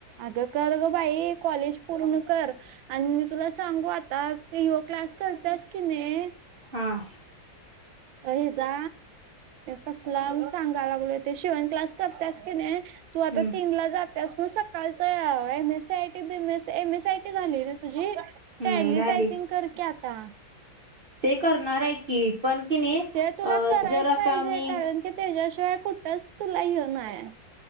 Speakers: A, on the right; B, on the right.
A: अगं कर ग बाई कॉलेज पूर्ण कर आणि मी तुला सांगू आता ते योग क्लास करतास की नाही
B: हां.
A: अ हे जा कसला म सांगाय लागलोय ते शिवण क्लास करत्यास की नाही तू
B: हम्म
A: आता तीनला जा त्यास मग सकाळच एम एस आयटी बीस एम एस आयटी झालीय ना तुझी?
B: हम्म
A: टेली
B: झाली
A: टायपिंग कर की आता.
B: ते करणार आहे की पण कि नाही
A: ते तुला
B: अ
A: करायच
B: जर आता
A: पाहिजे
B: आम्ही
A: कारण की त्याच्याशिवाय कुठंच तुला हे नाय